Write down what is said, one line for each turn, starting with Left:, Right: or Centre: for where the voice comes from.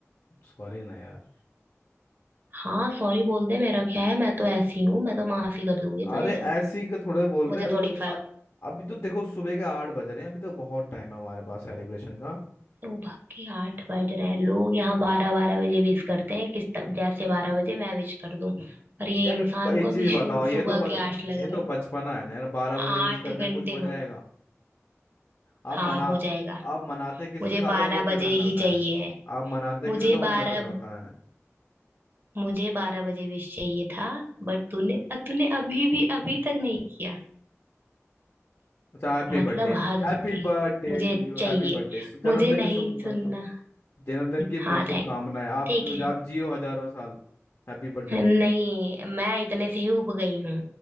Left: सॉरी ना यार
Right: हाँ सॉरी बोल दे मेरा क्या है मैं तो ऐसी हूँ मैं तो माफी कर दूंगी
Left: अरे
Right: तुझे
Left: ऐसे ही के थोड़े बोल
Right: मुझे
Left: रहे हैं अभी
Right: थोड़ी
Left: तो
Right: फर्क
Left: अ- अभी तो देखो सुबह के आठ बज रहे हैं अभी तो बहुत टाइम है हमारे पास सेलिब्रेशन का
Right: तो बाकी आठ बज रहे हैं लोग यहाँ बारह बारह बजे विश करते हैं किस तरह जैसे बारह बजे मैं विश कर दूं और ये
Left: यार
Right: इंसान
Left: ब- एक
Right: को
Left: चीज
Right: अभी
Left: बताओ
Right: शु-
Left: ये
Right: सुबह
Left: तो बच
Right: के आठ लग
Left: ये तो
Right: रहे हैं
Left: बचपना है ना यार बारह बजे
Right: आठ
Left: विश कर दे
Right: घंटे
Left: कुछ हो जाएगा
Right: हो
Left: आप
Right: हाँ
Left: मना
Right: हो जाएगा
Left: आप मनाते किसके
Right: मुझे
Left: साथ
Right: बारह
Left: हो वो मैटर
Right: बजे ही
Left: करता
Right: चाहिए
Left: है
Right: है
Left: आप मनाते
Right: मुझे
Left: किसके साथ हो वो
Right: बारह
Left: मैटर करता है
Right: मुझे बारह बजे विश चाहिए था बट तूने तूने अभी भी अभी तक नहीं किया
Left: अच्छा happy
Right: मतलब
Left: birthday
Right: हद
Left: Happy
Right: होती
Left: birthday
Right: है मुझे
Left: to you
Right: चाहिए
Left: happy birthday जन्मदिन
Right: मुझे नहीं
Left: की शुभ
Right: सुनना
Left: जन्मदिन की बहुत
Right: हाँ
Left: शुभकामनाएं
Right: थैंक
Left: आप
Right: ठीक
Left: आप जियो हजारों साल हैप्पी बर्थडे
Right: है
Left: टू
Right: नहीं मैं इतने से ही उब गई हूँ